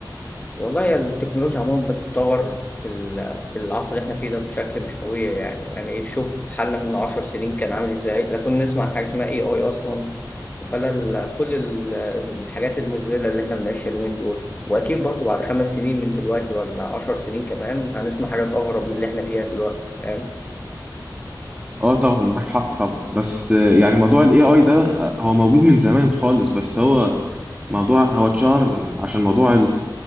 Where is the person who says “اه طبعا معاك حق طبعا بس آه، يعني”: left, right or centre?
Right